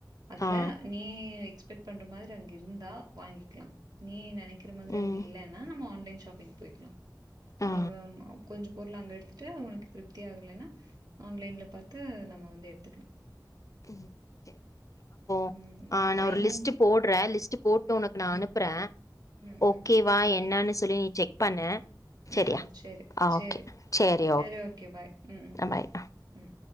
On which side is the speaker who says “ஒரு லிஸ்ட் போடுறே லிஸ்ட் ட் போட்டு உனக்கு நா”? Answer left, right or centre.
Left